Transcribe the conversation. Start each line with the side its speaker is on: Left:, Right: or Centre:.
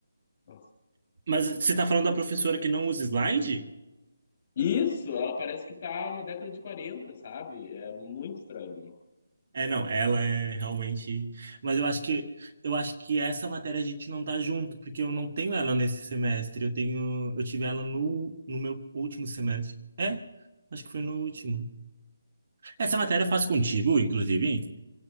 Left: Nossa.
Right: mas você está falando da professora que não usa slide?
Left: Isso, ela parece que tá na década de quarenta sabe? É muito estranho.
Right: É, não, ela é realmente. Mas eu acho que eu acho que essa matéria a gente não tá junto, porque eu não tenho ela nesse semestre. Eu tenho, eu tive ela no, no meu último semestre. É, acho que foi no último. Essa matéria eu faço contigo, inclusive?